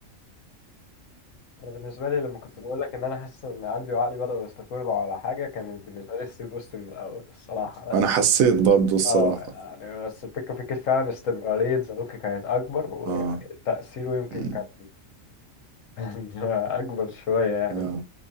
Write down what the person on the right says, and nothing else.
انا حسيت برضو الصراحة
اه
مم.
اه